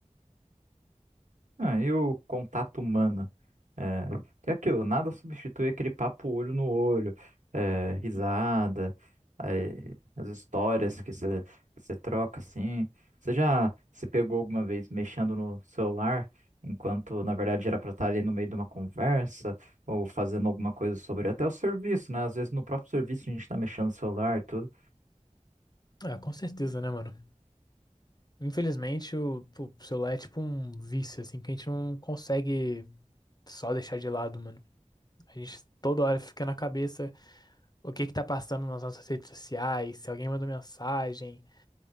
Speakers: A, on the right; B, on the left.
A: Ah, e o contato humano? É, que é aquilo, nada substitui aquele papo olho no olho, é, risada, aí, as histórias que você troca assim. Você já se pegou alguma vez mexendo no celular, enquanto na verdade era para estar ali no meio de uma conversa, ou fazendo alguma coisa sobre até o serviço, né? Às vezes no próprio serviço a gente está mexendo no celular e tudo.
B: Ah, com certeza, né, mano? Infelizmente, o, o celular é tipo um vício, assim, que a gente não consegue só deixar de lado, mano. A gente toda hora fica na cabeça. o que que tá passando nas nossas redes sociais, se alguém mandou mensagem.